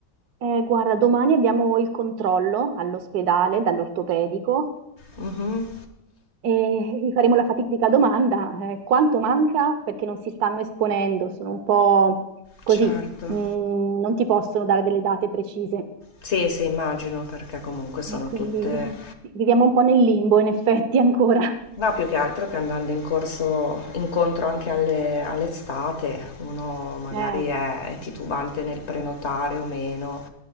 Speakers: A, on the right (about 70°); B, on the left (about 45°).
A: Eh, guarda, domani abbiamo il controllo all'ospedale dall'ortopedico
B: Mhm,
A: e gli faremo la fatidica domanda, eh, quanto manca? Perché non si stanno esponendo, sono un po' così,
B: certo.
A: mm, non ti possono dare delle date precise.
B: Sì, sì, immagino, perché comunque sono
A: E quindi
B: tutte...
A: viviamo un po' nel limbo, in effetti, ancora.
B: No, più che altro che andando in corso, incontro anche alle- all'estate, uno magari
A: Eh,
B: è titubante nel prenotare o meno.